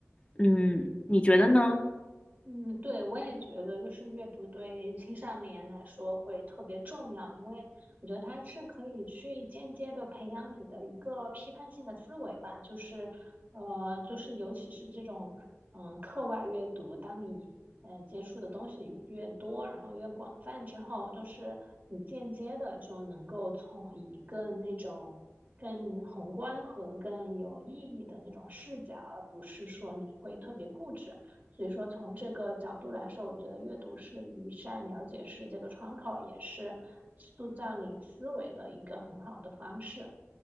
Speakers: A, on the left; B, on the right.
A: 嗯，你觉得呢？
B: 嗯，对，我也觉得，就是阅读对青少年来说会特别重要，因为我觉得它是可以去间接的培养你的一个批判性的思维吧，就是，呃，就是尤其是这种，嗯、课外阅读，当你呃接触的东西越多，然后越广泛之后，就是你间接的就能够从以更那种更宏观和更有意义的那种视角，而不是说你会特别固执。所以说，从这个角度来说，我觉得阅读是一扇了解世界的窗口，也是塑造你思维的一个很好的方式。